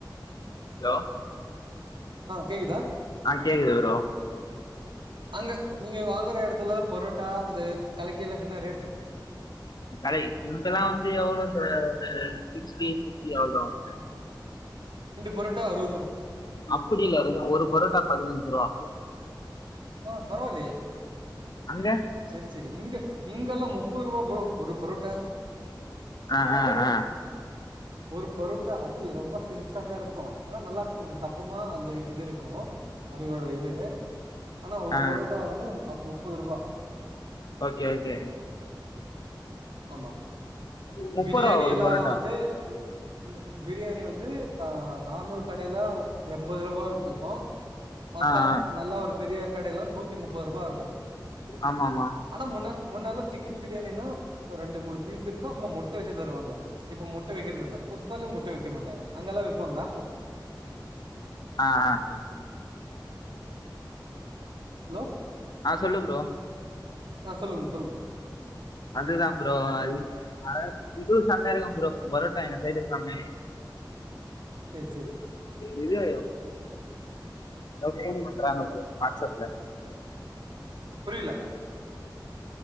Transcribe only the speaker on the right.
கேக்குதா?
அங்க ங்குற எடத்துல பொரோட்டா இந்த கலக்கி எல்லா என்ன ரேட்டு
பரோட்டா ரூ.
ஆ பரவாலயே
செரி செரி இங்க இங்கெல்லா முப்பதுருபா ப்ரோ ஒரு பொரோட்டா
ஒரு பொருட்டா அது ரொம்ப சின்ச தாருக்கு ஆனா நல்லா கொஞ்சு தப்புவ்மா அந்த இது இருக்கு அதோட இது ஆனா ஒரு
பொரோட்டா வந்து அ முப்பது ருபா
ஆமா
பிரியாணி
எல்லா
வந்து ம் ம் பிரியாணி வந்து ஆ நார்மல் கடையில எண்பதுருபாக்கு விக்கு மத்த
நல்லா ஒரு பெரிய கடைல்லா நூத்தி முப்பத்ருபா இருக்கு
ஆனா முன்ன முன்னல்ல சிக்கன் பிரியாணினா ரெண்டு மூணு பீஸ் இருக்கு அப்மா முட்ட வெச்சு தருவாங்க இப்போ முட்ட வெக்கிறதுதில்ல குஸ்கால்யு முட்ட வெக்க மாட்டாங்க அங்கலா வெப்பாங்களா
ஹலோ
அ சொல்லுங்க சொல்லுங்க
செரி செரி
புரியில